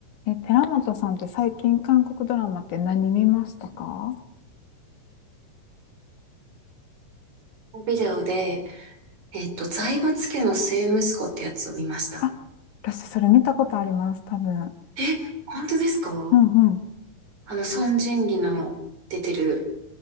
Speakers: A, on the left; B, on the right.
A: え、寺本さんって最近韓国ドラマって何見ましたか
B: ビデオで、えっと、財閥家の末息子ってやつを見ました。
A: あ、私それ見たことあります、多分。
B: え、本当ですか
A: うんうん。
B: あの、孫仁義の出てる。